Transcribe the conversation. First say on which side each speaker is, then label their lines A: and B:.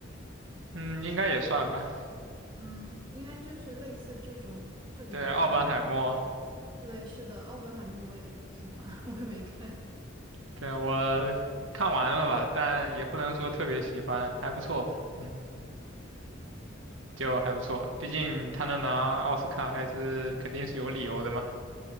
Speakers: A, on the right (about 80°); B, on the right (about 25°).
A: 嗯，应该也算吧。
B: 嗯，应该就是类似这种这种电影。
A: 对，奥本海默，
B: 对，是的，奥本海默我也不喜欢，<laughs> 我也没看，
A: 对，我看完了吧，但也不能说特别喜欢，还不错吧。嗯，就还不错，毕竟他能拿奥斯卡还是肯定是有理由的嘛。